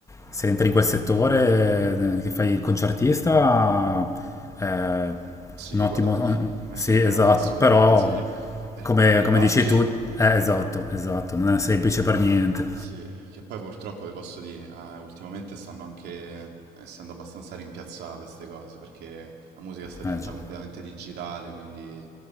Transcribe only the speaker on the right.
Ehm,
sì,
guadagni,
<laughs> quelli
assolutamente
sì. E il
problema è arrivarci.
Sì, che poi purtroppo vi posso dire, ah, ultimamente stanno anche eh, essendo abbastanza rimpiazzate queste cose, perché la musica sta diventando
completamente digitale, quindi